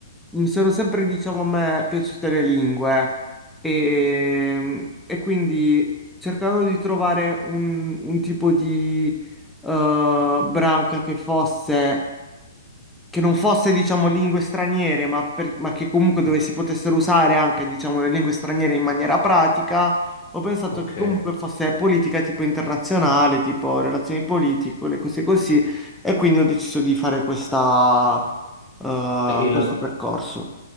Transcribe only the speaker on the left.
ok.
E
la,